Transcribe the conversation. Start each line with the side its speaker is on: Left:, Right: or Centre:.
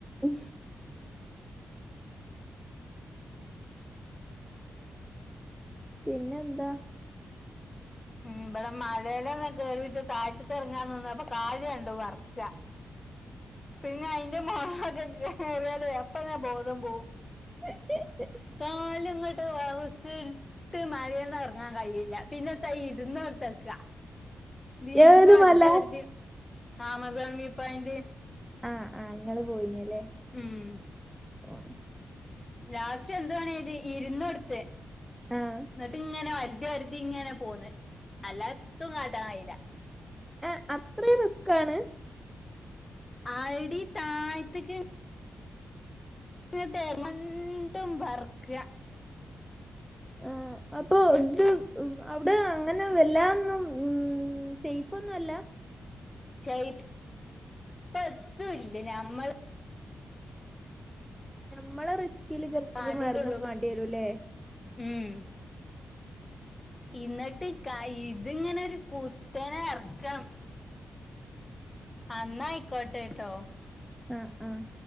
Centre: ഉം പിന്നെ എന്താ?
Left: ഉംബടെ <unintelligible> കേറീട്ട് താഴ്ത്ത്ക്ക്ർങ്ങാനിന്നപ്പ കാല് രണ്ടും വെർക്ക. പിന്നെ അയ്ന്റെ <unintelligible> അപ്പത ബോധം പോവും.
Centre: <inaudible>
Left: കാല്ങ്ങട്ട് വെറ്ച്ച് ട്ട് മഴന്ന്റങ്ങാൻ കഴിയില്ല. പിന്നെ ത്താ ഇ ര്ന്നൊട്ത്തക്ക വിര്ന്ന്
Centre: ഏത്
Left: ഒര്തി
Centre: മല
Left: ഒര്തി ആമസോൺവിപോയിന്റ്
Centre: ആഹ് ആഹ് ങ്ങള് പോയി ന്ല്ലേ?
Left: ഉം
Centre: ആഹ്
Left: ലാസ്റ്റ് എന്തുവണിയ്ത് ഇര് ന്നൊട്ത്ത്
Centre: ആഹ്
Left: ന്നിട്ട് ങ്ങനെ ഒര ഒരരുതി ഇങ്ങനെ പോന്ന്. അല്ലാത്തും കട്ടായില്ല.
Centre: എഹ് അത്രയും റിസ്ക് ആണ്.
Left: ആയടി താഴ്ത്ത്ക്ക്. ഇത്തേ മണ്ടും പറ്ക്ക.
Centre: ആഹ് അപ്പൊ ഇത് അവിടെ അങ്ങനെ വല്ലന്നും ഉം സൈഫ് ഒന്നും അല്ല.
Left: ശൈ പ് ത്തുല്ല ഞമ്മള്
Centre: നഞമ്മളെ റിസ്കില് കറും
Left: കാടിന്റെ
Centre: ഇറങ്ങും
Left: ഉള്ളിൽ
Centre: വേണ്ടി വരൂല്ലേ?
Left: ഉം എന്നിട്ട് ക ഇതിങ്ങനെ ഒരു കുത്തനെ എറക്കം. അന്ന ആയിക്കോട്ടെട്ടോ?
Centre: ആഹ് ആഹ്